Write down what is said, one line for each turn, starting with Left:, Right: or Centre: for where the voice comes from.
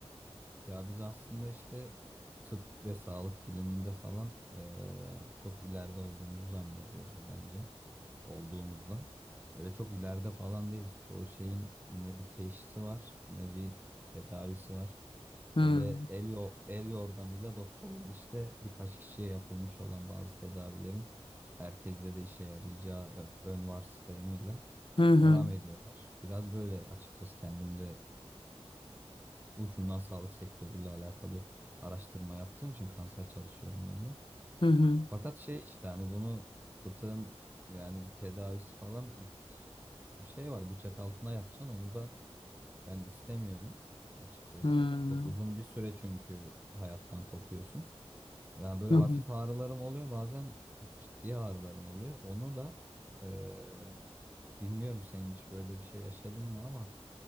Right: ya biz aslında işte tıp ve sağlık biliminde falan eee, çok ileride olduğumuzu zannediyoruz bence olduğumuzdan. Böyle çok ileride falan değiliz. Çoğu şeyin ne bir teşhisi var ne bir tedavisi var.
Left: Hı
Right: Öyle el yo el yordamıyla doktorlar işte birkaç kişiye yapılmış olan bazı tedavilerin herkeste de işe yarayacağı ö- ön varsayımıyla
Left: hı hı
Right: devam ediyorlar. Biraz böyle açıkçası kendimde ucundan sağlık sektörüyle alakalı araştırma yaptığım için kanser çalışıyorum ben de.
Left: hı hı.
Right: Fakat şey işte hani bunu fıtığın yani bir tedavisi falan bir şey var bıçak altına yatacaksın onu da ben istemiyorum açıkçası.
Left: Hı hı. Hı hı.
Right: Çok uzun bir süre çünkü hayattan kopuyorsun. Ya böyle
Left: Hı
Right: hafif
Left: hı.
Right: ağrılarım oluyor bazen ciddi ağrılarım oluyor. Onu da eee, bilmiyorum senin hiç böyle bir şey yaşadın mı ama